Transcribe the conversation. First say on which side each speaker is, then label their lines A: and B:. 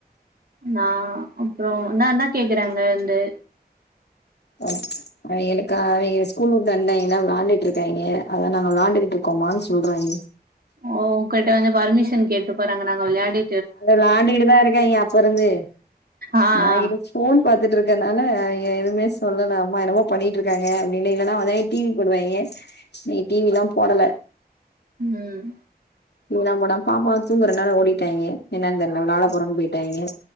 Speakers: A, on the right (about 65°); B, on the left (about 85°).
A: நா அப்புறோ நா என்ன கேக்குறாங்க வந்து
B: ஓ அவைங்களுக்கு அவைங்க ஸ்கூல் விட்டு வந்திட்டாய்ங்களா விளாண்டுட்டு இருக்காய்ங்க அதா நாங்க விளாண்டுகிட்டு இருக்கோமானு சொல்றாங்க
A: ஓ ஒங்கட்ட வந்து பர்மிஷன் கேட்டு போறாங்க நாங்க விளையாடி
B: அது விளான்டுகிட்டு தா இருக்காய்ங்க அப்போ இருந்து
A: ஆ
B: நா
A: ஆ
B: எது ஃபோன் பாத்துட்டு இருக்கனால எதுமே சொல்லல அம்மா என்னமோ பண்ணிட்டு இருக்காங்க அப்டின்னு இல்லன்னா வந்து டி வி போடுவாய்ங்க இன்னிக்கு டி வி லா போடல
A: ம்
B: இவல்லா போனா பாப்பா தூங்குறனால ஓடிட்டாய்ங்க என்னான் தெர்ல விளாட போறன்னு போய்ட்டாய்ங்க